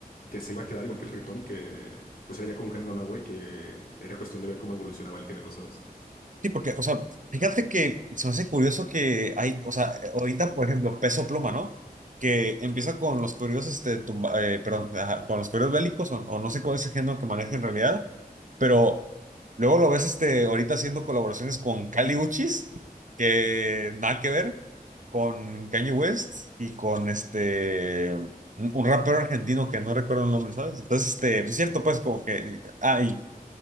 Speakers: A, on the left (about 70°); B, on the right (about 55°).
A: que se iba a quedar igual que el reggaetón y que pues era ya como un género nuevo y que era cuestión de ver cómo evolucionaba el género, ¿sabes?
B: Sí, porque, o sea, fíjate que se me hace curioso que hay, o sea, ahorita, por ejemplo, Peso Pluma, ¿no? Que empieza con los corridos, este, tumba- eh, perdón, ajá, con los corridos bélicos, o, o no sé cuál es el género que maneja en realidad, pero luego lo ves, este, ahorita haciendo colaboraciones con Kali Uchis, que nada que ver, con Kanye West y con, este, un, un rapero argentino que no recuerdo el nombre, ¿sabes? Entonces, este, sí es cierto, pues, como que, ah, y